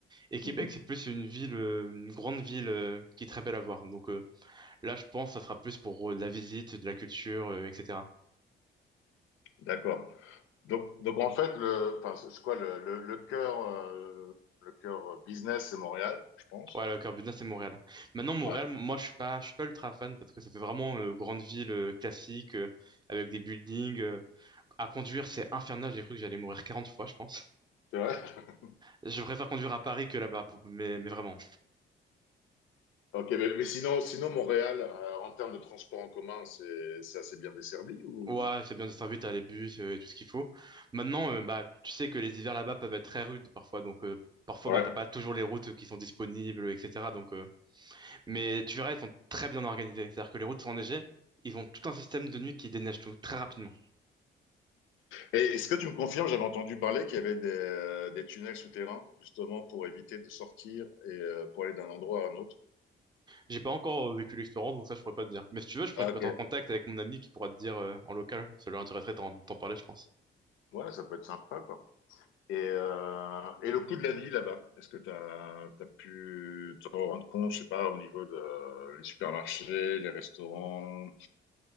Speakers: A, on the right; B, on the left.
A: Et Québec,
B: Mhm.
A: c'est plus une ville, euh, une grande ville euh, qui est très belle à voir. Donc euh, là, je pense que ça sera plus pour euh, de la visite, de la culture, euh, etc.
B: D'accord. Donc, donc en fait, le, enfin, c'est quoi le, le, le cœur, euh, le cœur business, c'est Montréal, je pense.
A: Ouais, le cœur du c'est Montréal. Maintenant, Montréal,
B: Ouais,
A: moi, je suis pas, je suis pas ultra fan parce que ça fait vraiment euh, grande ville euh, classique euh, avec des buildings. euh, à conduire, c'est infernal. J'ai cru que j'allais mourir 40 fois, je pense.
B: c'est vrai. <laughs>
A: Je préfère conduire à Paris que là-bas, pour- mais, mais vraiment.
B: Ok, mais, mais sinon, sinon Montréal, euh, en termes de transport en commun, c'est c'est assez bien desservi ou
A: Ouais, c'est bien desservi, t'as les bus euh, et tout ce qu'il faut. Maintenant, euh, bah, tu sais que les hivers là-bas peuvent être très rudes parfois, donc euh, parfois,
B: ouais.
A: bah, t'as pas toujours les routes qui sont disponibles, etc. Donc, euh, mais tu verras, ils sont très bien organisés. C'est-à-dire que les routes sont enneigées, ils ont tout un système de nuit qui déneige tout très rapidement.
B: Et est-ce que tu me confirmes, j'avais entendu parler qu'il y avait des, euh, des tunnels souterrains justement pour éviter de sortir et euh, pour aller d'un endroit à un autre.
A: J'ai pas encore euh, vécu l'expérience, donc ça, je pourrais pas te dire. Mais si tu veux, je pourrais
B: Ah
A: te
B: ok.
A: mettre en contact avec mon ami qui pourra te dire euh, en local. Ça lui intéresserait d'en d'en parler, je pense.
B: Ouais, ça peut être sympa quoi. Et, euh, et le coût de la vie là-bas, est-ce que tu as, pu te rendre compte, je sais pas, au niveau de les supermarchés, les restaurants?